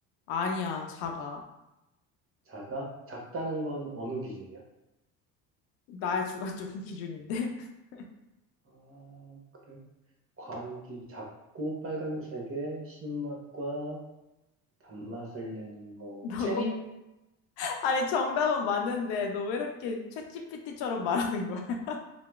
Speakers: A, on the left; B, on the right.
A: 아니야, 작아.
B: 작아? 작다는 건 어느 기준이야?
A: 나의 주관적인 <laughs> 기준인데. <laughs>
B: 아, 그래? 과육이 작고 빨간색에 신맛과 단맛을 내는 거.
A: 너
B: 체리?
A: 꼭, 아니 정답은 맞는데 너 왜 이렇게 챗GPT처럼 말하는 거야? <laughs>